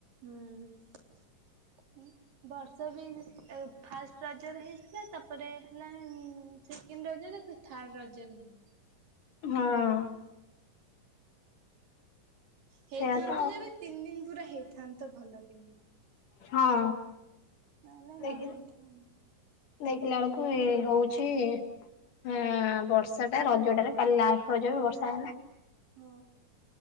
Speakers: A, on the right; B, on the left.
A: ହୁଁ। ବର୍ଷ ବି ଫାଷ୍ଟ ରଜରେ ହେଇଥିଲା ତାପରେ ହେଲା ସେ ସେକେଣ୍ଡ ରଜରେ ଫେର୍ ଥାର୍ଡ ରଜରେ ହେଲା।
B: ହଁ।
A: ହେଇଥାନ୍ତା
B: ସେଇଆ ତ ଆଉ।
A: ଯେବେ ତିନି ଦିନ୍ ପୁରା ହେଇଥାନ୍ତା ପୁରା ଭଲ କିନି।
B: ହଁ।
A: ନ ହେନେ
B: ଦେଖି
A: ନ ହେଇଥାନ୍ତା।
B: ଦେଖିଲା ଆଳୁକୁ ଏ ହୋଉଛି। <unintelligible> ବର୍ଷା ଟା ରଜ ଟାରେ କାଲି ଲାଷ୍ଟ ରଜ ବି ବର୍ଷା ହେଲା।
A: ହଁ